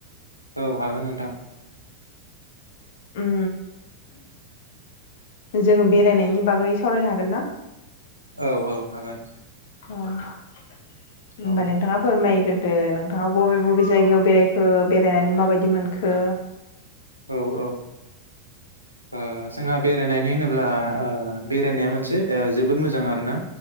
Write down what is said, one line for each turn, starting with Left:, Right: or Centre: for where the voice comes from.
Right: औ हागोन नोंथां
Left: उम जोङो बेरायनायनि बागै सावरायनो हागोन ना
Right: औ औ हागोन।
Left: होनबा
Right: औ
Left: नोंथाङा फोरमा यग्रोदो नोंथाङा बबे बबे जायगायाव बेरायखो बेरायनानै माबायदि मोनखो
Right: औ औ ओ जोंहा बेरायनायनि होनोब्ला ओ बेरायनाया मोनसे ओ जोबोद मोजां आरोना।